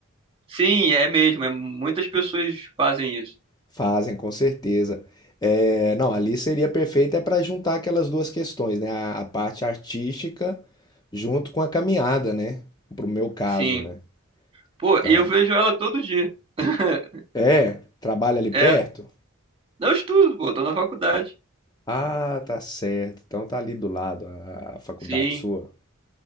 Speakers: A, on the right; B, on the left.
A: Sim, é mesmo. É, muitas pessoas fazem isso.
B: Fazem, com certeza. É, não, ali seria perfeito é para juntar aquelas duas questões, né? A, a parte artística junto com a caminhada, né? Pro meu caso,
A: Sim.
B: né?
A: Pô,
B: Então,
A: eu vejo ela todo dia. <laughs>
B: é, trabalha ali perto?
A: É. Não estudo, pô, tô na faculdade.
B: Ah, tá certo. Então tá ali do lado a, a faculdade
A: Sim.
B: sua.